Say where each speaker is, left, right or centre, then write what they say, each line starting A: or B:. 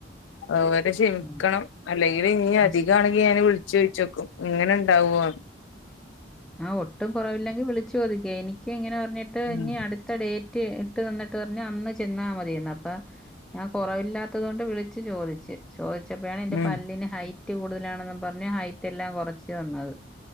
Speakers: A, on the left; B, in the centre.
A: അതുവരെ ക്ഷമിക്കണം
B: ഉം.
A: അല്ലെങ്കില് ഇഞ്ഞി
B: ഭക്ഷ്
A: അധികാണെങ്കി ഇല്ലേ അയിനെ വിളിച്ച് ചോദിച്ചു നോക്കും ഇങ്ങനെണ്ടാവോന്ന്
B: ആഹ് ഒട്ടും കൊറവില്ലെങ്കി വിളിച്ചു ചോദിക്ക് എനിക്ക് ഇങ്ങനെ പറഞ്ഞിട്ട് ഇഞ്ഞി
A: ഉം
B: അടുത്ത ഡേയ്റ്റ് ട്ട് വന്നിട്ട് പറഞ്ഞ് അന്ന് ചെന്നാ മതിയെന്ന് അപ്പൊ ഞാൻ കൊറവില്ലാത്തതതോണ്ട് വിള്ച്ച് ചോദിച്ച് ചോദിച്ചപ്പഴാണ് എന്റെ
A: ഉം
B: പല്ലിന് ഹൈറ്റ് കൂടുതലാണെന്നും പറഞ്ഞ് ഹൈറ്റെല്ലാം കൊറച്ച് തന്നത്